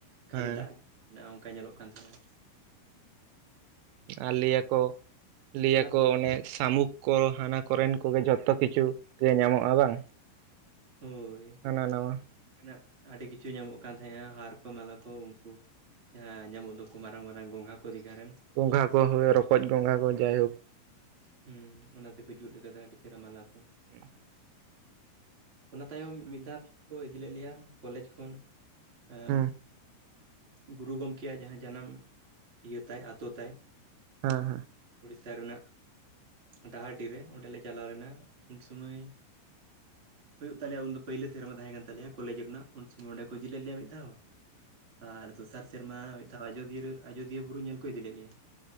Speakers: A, on the right (about 25°); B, on the right (about 85°).
A: ᱠᱷᱟᱹᱞᱤ
B: ᱦᱮᱸ
A: ᱫᱟᱜ ᱜᱮ ᱫ ᱢᱮᱱᱟᱜᱼᱟ᱾ ᱚᱱᱠᱟ ᱧᱮᱞᱚ-ᱜ ᱠᱟᱱ ᱛᱟᱦᱮᱸᱱᱟ᱾
B: ᱟᱨ, ᱞᱟᱹᱭᱟ ᱠᱚ᱾ ᱞᱟᱹᱭᱟ
A: ᱚᱱᱟ
B: ᱠᱚ᱾
A: ᱯᱚᱨᱮ
B: ᱚᱱᱮ ᱥᱟᱢᱩᱠᱷ ᱠᱚ᱾ ᱦᱟᱱᱟ ᱠᱚᱨᱮᱱ ᱠᱚ-ᱜᱮ ᱡᱷᱚᱛᱛᱚ ᱠᱤᱪᱷᱩ ᱜᱮ, ᱧᱟᱢᱚᱜᱼᱟ᱾ ᱵᱟᱝ
A: ᱦᱳᱭ᱾
B: ᱦᱟᱱᱟ - ᱱᱟᱶᱟ
A: ᱨᱮᱱᱟ-ᱜ ᱟᱹᱰᱤ ᱠᱤᱪᱷᱩ ᱧᱟᱢᱚ-ᱜ ᱠᱟᱱ ᱛᱟᱦᱮᱸᱱᱟ ᱾ᱦᱟᱨ ᱠᱚ, ᱢᱟᱞᱟ ᱠᱚ, ᱩᱱᱠᱩ ᱡᱟᱦᱟᱸ ᱧᱟᱢᱚ-ᱜ ᱫᱚ-ᱠᱚ ᱢᱟᱨᱟᱝ - ᱢᱟᱨᱟᱝ ᱜᱚᱸᱜᱷᱟ ᱠᱚ᱾ ᱫᱤᱜᱷᱟ ᱨᱮᱱ᱾
B: ᱜᱚᱸᱜᱷᱟ ᱠᱚ, ᱨᱚᱠᱚᱡ ᱜᱚᱸᱜᱷᱟ ᱠᱚ, ᱡᱟᱭ ᱦᱳᱠ
A: ᱦᱩᱸ ᱚᱱᱟ ᱛᱮᱠᱚ ᱡᱩᱛ ᱟᱠᱟᱫᱟ᱾ ᱟᱹᱰᱤ ᱪᱮᱦᱨᱟ᱾ ᱢᱟᱞᱟ ᱠᱚ᱾
B: ᱦᱩᱸ
A: ᱚᱱᱟ ᱛᱟᱭᱚᱢ᱾ ᱢᱤᱫ ᱫᱷᱟᱹᱣ ᱟᱞᱮ ᱠᱚ, ᱤᱫᱤ ᱞᱮᱫ ᱞᱮᱭᱟ ᱾ᱠᱚᱞᱮᱡᱽ ᱠᱷᱚᱱ᱾ ᱮᱸᱻ
B: ᱦᱮᱸ
A: ᱜᱩᱨᱩ ᱜᱚᱝᱠᱮᱭᱟᱼᱜ ᱡᱟᱦᱟᱸ ᱡᱟᱱᱟᱢ, ᱤᱭᱟᱹ ᱛᱟᱭ, ᱟᱹᱛᱩ ᱛᱟᱭ᱾
B: ᱦᱮᱸ - ᱦᱮᱸ᱾
A: ᱩᱲᱤᱥᱥᱟ ᱨᱮᱱᱟ-ᱜ ᱰᱟᱸᱦᱟᱨᱰᱤ ᱨᱮ, ᱚᱸᱰᱮ ᱞᱮ ᱪᱟᱞᱟ-ᱣ ᱞᱮᱱᱟ ᱾ᱩᱱ ᱥᱢᱟᱹᱭ ᱦᱩᱭᱩ-ᱜ ᱛᱟᱞᱮᱭᱟ᱾ ᱩᱱᱫᱚ ᱯᱟᱹᱭᱞᱟᱹ ᱥᱮᱸᱨᱢᱟ ᱾ᱛᱟᱦᱮᱸ ᱠᱟᱱ ᱛᱟᱞᱮᱭᱟ᱾ ᱠᱚᱞᱮᱡᱽ ᱨᱮᱱᱟ-ᱜ ᱩᱱ ᱥᱚᱢᱚᱭ ᱚᱸᱰᱮ ᱠᱚ ᱤᱫᱤ ᱞᱮᱫ ᱞᱮᱭᱟ ᱾ᱢᱤᱫ ᱫᱷᱟᱹᱣ᱾ ᱟᱨ ᱫᱚᱥᱟᱨ ᱥᱮᱸᱨᱢᱟ᱾ ᱢᱤᱫᱽᱫᱷᱟᱹᱣ ᱟᱡᱚᱫᱤᱭᱟᱹ- ᱟᱡᱚᱫᱤᱭᱟᱹ ᱵᱩᱨᱩ ᱧᱮᱞ ᱠᱚ, ᱤᱫᱤ ᱞᱮᱫ ᱞᱮᱭᱟ᱾